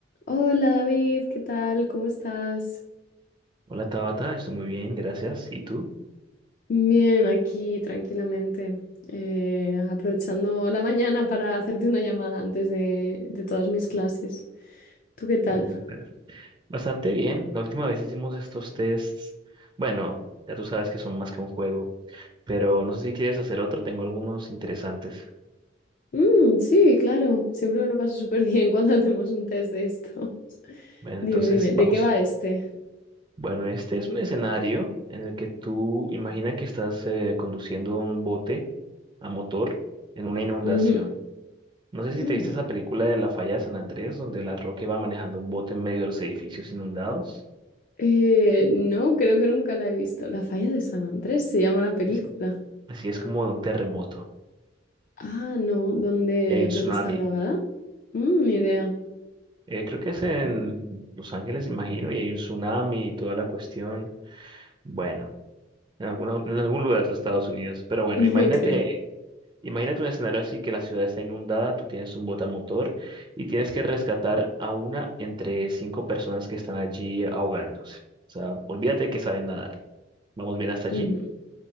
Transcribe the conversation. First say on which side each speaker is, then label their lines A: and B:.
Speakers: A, on the left; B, on the right.
A: Hola David, ¿qué tal? ¿Cómo estás?
B: Hola Tabata, estoy muy bien, gracias. ¿Y tú?
A: Bien, aquí tranquilamente, eh, aprovechando la mañana para hacerte una llamada antes de, de todas mis clases. ¿Tú qué tal?
B: Mm, Bastante bien. La última vez hicimos estos tests. Bueno, ya tú sabes que son más que un juego, pero no sé si quieres hacer otro, tengo algunos interesantes.
A: Mm, sí, claro, siempre me lo paso súper bien <laughs> cuando hacemos un test de estos. <laughs>
B: Bueno,
A: Dime,
B: entonces
A: dime, ¿de
B: vamos.
A: qué va este?
B: Bueno, este es un escenario en el que tú imagina que estás eh, conduciendo un bote a motor en una inundación.
A: Ujú,
B: No sé si
A: mm.
B: te viste esa película de La Falla de San Andrés, donde La Roca iba manejando un bote en medio de los edificios inundados.
A: Eh, no, creo que nunca la he visto. La falla de San Andrés se llama la película.
B: Así así es como de un terremoto
A: Ah, no, ¿dónde,
B: y hay un
A: dónde
B: tsunami.
A: está grabada? Mm, ni idea.
B: Eh, creo que es en Los Ángeles, imagino, y hay un tsunami y toda la cuestión. Bueno, en alguna- en algún lugar de Estados Unidos. Pero bueno,
A: <laughs>
B: imagínate,
A: Ok.
B: imagínate un escenario así que la ciudad está inundada, tú tienes un botamotor y tienes que rescatar a una entre cinco personas que están allí ahogándose. O sea, olvídate que saben nadar. ¿Vamos bien hasta
A: ujú.
B: allí?